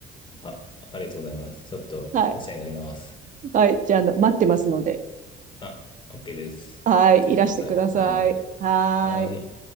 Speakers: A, on the left; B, on the right.
A: あ、ありがとうございます。ちょっとお世話になります。
B: はい。はい。じゃあ、あの、待ってますので。
A: あ、OK です。
B: はい。
A: 待っててください。
B: いらしてください。
A: はい。
B: はーい。
A: はい。